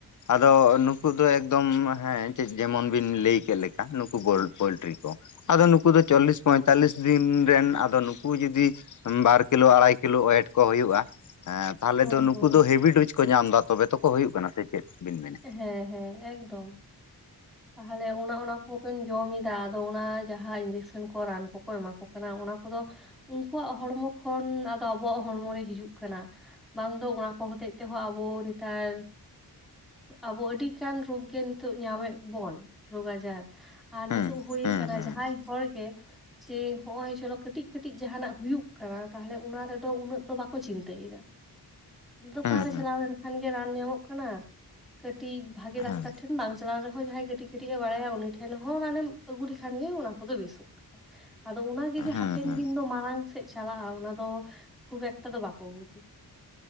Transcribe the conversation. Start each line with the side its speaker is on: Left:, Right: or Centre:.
Left: ᱟᱫᱚ ᱱᱩᱠᱩ ᱫᱚ ᱮᱠᱫᱚᱢ ᱦᱮᱸ ᱪᱮᱫ ᱡᱮᱢᱚᱱ ᱵᱤᱱ ᱞᱟᱹᱭ ᱠᱮᱫ ᱞᱮᱠᱟ, ᱱᱩᱠᱩ ᱜᱳᱞ ᱯᱳᱞᱴᱨᱤ ᱠᱚ ᱾ ᱟᱫᱚ ᱱᱩᱠᱩ ᱫᱚ ᱪᱚᱞᱞᱤᱥ ᱯᱚᱸᱭᱛᱟᱞᱞᱤᱥ ᱫᱤᱱ ᱨᱮᱱ ᱟᱫᱚ ᱱᱩᱠᱩ ᱡᱚᱫᱤ ᱵᱟᱨ ᱠᱤᱞᱳ ᱟᱲᱟᱭ ᱠᱤᱞᱳ ᱚᱭᱮᱴ ᱠᱚ ᱦᱩᱭᱩᱜᱼᱟ ᱾ ᱮᱸ ᱛᱟᱦᱚᱞᱮ
Centre: ᱦᱩᱸ
Left: ᱫᱚ ᱱᱩᱠᱩ
Centre: ᱦᱩᱸ
Left: ᱫᱚ ᱦᱮᱵᱤ ᱰᱳᱡᱽ ᱠᱚ ᱧᱟᱢ ᱮᱫᱟ ᱛᱚᱵᱮ ᱛᱚᱠᱚ ᱦᱩᱭᱩᱜ ᱠᱟᱱᱟ ᱥᱮ ᱪᱮᱫ ᱵᱤᱱ ᱢᱮᱱᱟ
Centre: ᱦᱮᱸ ᱦᱮᱸ ᱮᱠᱫᱚᱢ ᱛᱟᱦᱚᱞᱮ ᱚᱱᱟ ᱚᱱᱟ ᱠᱚᱵᱮᱱ ᱡᱚᱢᱟ ᱥᱮ ᱟᱫᱚ ᱚᱱᱟ ᱡᱟᱦᱟᱸ ᱤᱧᱡᱮᱠᱥᱟᱱ ᱠᱚ ᱨᱟᱱ ᱠᱚᱠᱚ ᱮᱢᱟ ᱠᱚ ᱠᱟᱱᱟ, ᱚᱱᱟ ᱠᱚᱫᱚ ᱩᱱᱠᱩᱣᱟᱜ ᱦᱚᱲᱢᱚ ᱠᱷᱚᱱ ᱟᱫᱚ ᱟᱵᱚᱣᱟᱜ ᱦᱚᱲᱢᱚᱨᱮ ᱦᱤᱡᱩᱜ ᱠᱟᱱᱟ ᱾ ᱵᱟᱝ ᱫᱚ ᱚᱱᱟ ᱠᱚ ᱦᱚᱛᱮᱡ ᱛᱮᱦᱚᱸ ᱟᱵᱚ ᱱᱮᱛᱟᱨ ᱟᱵᱚ ᱟᱹᱰᱤ ᱜᱟᱱ ᱨᱳᱜ ᱜᱮ ᱱᱤᱛᱚᱜ ᱧᱟᱢᱮᱫ ᱵᱚᱱ ᱨᱳᱜᱽ ᱟᱡᱟᱨ, ᱟᱨ
Left: ᱦᱩᱸ
Centre: ᱱᱤᱛᱚᱜ ᱦᱳ
Left: ᱦᱩᱸ
Centre: ᱟᱠᱟᱱᱟ
Left: ᱦᱩᱸ
Centre: ᱡᱟᱦᱟᱸᱭ ᱦᱚᱲ ᱜᱮ
Left: <inaudible>
Centre: ᱡᱮ ᱦᱚᱜ ᱪᱚᱞᱚ ᱠᱟᱹᱴᱤᱡ ᱠᱟᱹᱴᱤᱡ ᱡᱟᱦᱟᱸᱱᱟᱜ ᱦᱩᱭᱩᱜ ᱠᱟᱱᱟ, ᱛᱟᱦᱚᱞᱮ ᱚᱱᱟ ᱨᱮᱫᱚ ᱩᱱᱟᱹᱜ ᱫᱚ ᱵᱟᱠᱚ ᱪᱤᱱᱛᱟᱹᱭᱮᱫᱟ
Left: <unintelligible>
Centre: ᱾ ᱫᱚᱠᱟᱱ
Left: ᱦᱩᱸ
Centre: ᱨᱮ ᱪᱟᱞᱟᱣ ᱞᱮᱱ ᱠᱷᱟᱱ ᱜᱮ ᱨᱟᱱ ᱧᱟᱢᱚᱜ ᱠᱟᱱᱟ ᱠᱟᱹᱴᱤᱡ ᱵᱷᱟᱜᱤ
Left: ᱦᱩᱸ
Centre: ᱰᱟᱠᱛᱟᱨ ᱴᱷᱮᱱ ᱵᱟᱝ ᱪᱟᱞᱟᱣ ᱨᱮᱦᱚᱸ ᱡᱟᱦᱟᱸᱭ ᱠᱟᱹᱴᱤᱡ ᱠᱟᱹᱴᱤᱡ ᱮ ᱵᱟᱲᱟᱭᱟ ᱩᱱᱤ ᱴᱷᱮᱱ ᱦᱚᱸ ᱨᱟᱱᱮᱢ ᱟᱹᱜᱩ ᱞᱮᱠᱷᱟᱱ ᱜᱮ ᱚᱱᱟ ᱠᱚᱫᱚ ᱵᱮᱥᱚᱜᱼᱟ ᱟᱫᱚ ᱚᱱᱟᱜᱮ ᱡᱮ
Left: ᱦᱩᱸ
Centre: ᱦᱟᱯᱮᱱ
Left: ᱦᱩᱸ
Centre: ᱫᱤᱱ ᱫᱚ ᱢᱟᱲᱟᱝᱟᱜ ᱥᱮᱫ ᱪᱟᱞᱟᱜᱼᱟ ᱚᱱᱟ ᱫᱚ ᱠᱷᱩᱵ ᱮᱠᱴᱟ ᱫᱚ ᱵᱟᱠᱚ ᱵᱩᱡᱼᱟ